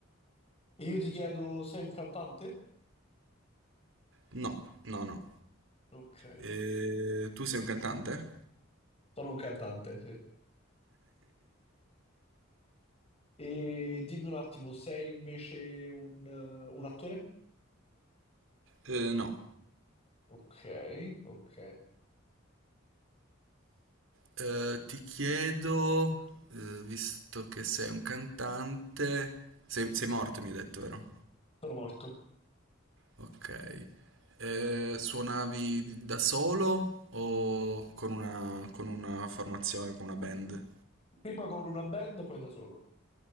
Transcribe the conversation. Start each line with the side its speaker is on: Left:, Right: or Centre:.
Left: E io ti chiedo, sei un cantante?
Right: No, no, no.
Left: Ok,
Right: Eh, tu sei un cantante?
Left: sono un cantante, sì. E dimmi un attimo, sei invece un, eh, un attore?
Right: Eh, no.
Left: Ok, ok.
Right: Eh, ti chiedo, eh, visto che sei un cantante, sei, sei morto, mi hai detto, vero?
Left: Sono morto.
Right: Ok. Eh, suonavi da solo o con una, con una formazione, con una band?
Left: Prima con una band, poi da solo.